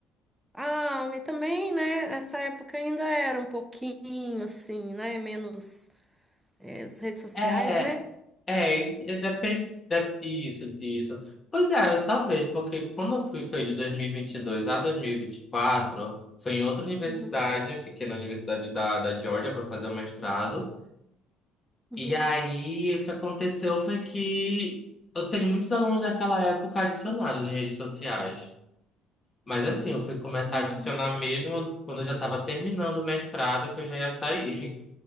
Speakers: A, in the centre; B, on the left.
A: Ah, e também, né? Essa época ainda era um pouquinho assim, né? Menos eh, as redes sociais,
B: É,
A: né?
B: é, e depende, de- isso, isso. Pois é, talvez, porque quando eu fui com ele de 2022 a 2024, foi em outra universidade,
A: Uhum,
B: eu fiquei na Universidade da, da Georgia para fazer o mestrado.
A: uhum,
B: E aí, o que aconteceu foi que eu tenho muitos alunos daquela época adicionados em redes sociais. Mas
A: uhum.
B: assim, eu fui começar
A: Hum,
B: a adicionar mesmo quando eu já estava terminando o mestrado, que eu já ia sair.